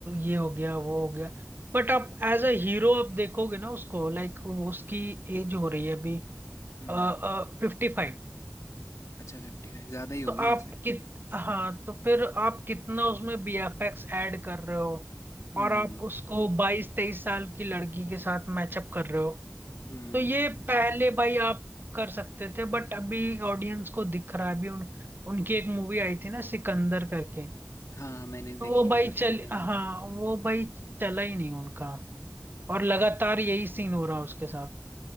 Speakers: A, on the right (about 40°); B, on the left (about 80°).
A: ये हो गया वो हो गया बट आप एज अ हीरो आप देखोगे ना उसको लाइक उसकी एज हो रही है अभी
B: हम्म
A: फिफ्टी फाइव
B: अच्छा फिफ्टी फाइव ज्यादा ही होगी
A: तो
B: वैसे
A: आप कित हाँ तो फिर आप कितना उसमें बीएफएक्स ऐड कर रहे हो
B: हम्म
A: और आप उसको बाईस तेईस साल की लड़की के साथ मैचअप कर रहे हो
B: हम्म
A: तो ये पहले भाई आप कर सकते थे बट अभी ऑडियंस को दिख रहा है अभी उन उनकी एक मूवी आई थी ना सिकंदर करके
B: हाँ मैंने देखी
A: तो वो
B: नहीं
A: भाई
B: बट
A: चल
B: सुना है
A: हाँ वो भाई चला ही नहीं उनका
B: हम्म
A: और लगातार यही सीन हो रहा है उसके साथ